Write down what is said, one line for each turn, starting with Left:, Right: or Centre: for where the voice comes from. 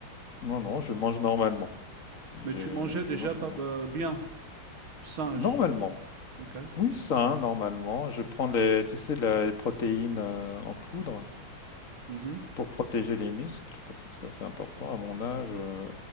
Left: non, non, je mange normalement,
Right: Mais
Left: je,
Right: tu mangeais
Left: je
Right: déjà
Left: mange
Right: pas
Left: normalement,
Right: heu, bien, sain,
Left: normalement,
Right: je dirais. OK.
Left: oui, sain, normalement, je prends les, tu sais, les protéines euh, en poudre
Right: Mmh mh.
Left: pour protéger les muscles, parce que ça c'est important à mon âge, euh,